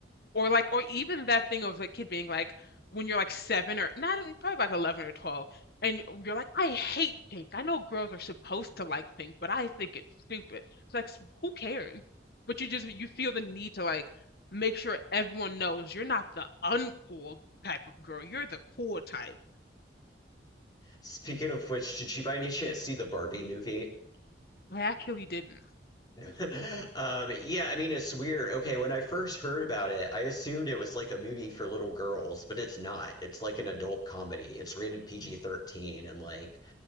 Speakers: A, on the left (about 55°); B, on the left (about 20°).
A: or like or even that thing of like kid being like when you're like seven or not even- probably like 11 or 12 and you're like I hate pink I know girls are supposed to like pink but I think it's stupid it's like s- who cares but you just you feel the need to like make sure everyone knows you're not the uncool type of girl you're the cool type
B: Speaking of which, did you by any chance see the Barbie movie?
A: I actually didn't
B: <laughs> Um, yeah, I mean, it's weird. Okay, when I first heard about it, I assumed it was like a movie for little girls, but it's not. It's like an adult comedy. It's rated PG-13, and like